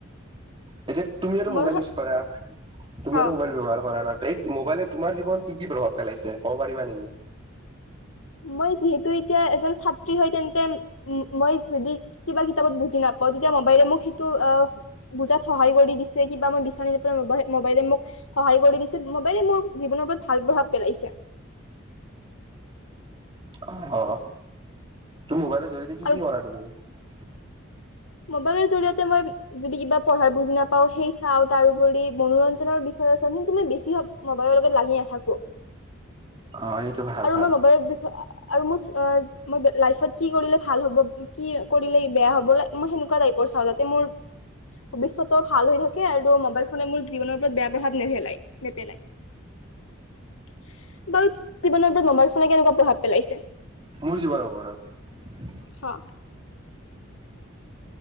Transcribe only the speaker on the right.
এ। তুমি আৰু
মোবাইল ইউজ কৰা, তুমি
আৰু মোবাইল ব্যৱহাৰ কৰা না। এই মোবাইলে তোমাৰ জীৱন কি কি প্ৰভাৱ পেলাইছে ক'ব পাৰিবা নেকি?
অ অ, তোৰ মোবাইলত, জদিতে কি
কি কৰা <unintelligible>
অ এইটো ভাল
ভাল।
মোৰ যিবাৰ খবৰৰত। <unintelligible>